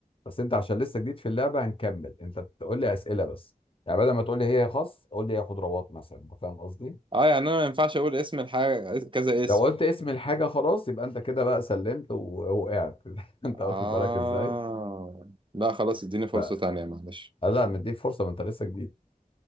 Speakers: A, on the left; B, on the right.
A: بس انت عشان لسه جديد في اللعبه هنكمل انت بتقول لي اسئله بس يعني بدل ما تقول لي هي خاص قول لي هي خضروات مثلا انت فاهم قصدي
B: اه يعني انا ما ينفعش اقول اسم الحاجة كذا اسم
A: لو قلت اسم الحاجه خلاص يبقى انت كده بقى سلمت ووقعت <laughs> انت
B: اه
A: واخد بالك ازاي
B: لا خلاص اديني فرصة
A: ف
B: تانية معلش
A: آه، لا مديك فرصه ما انت لسه جديد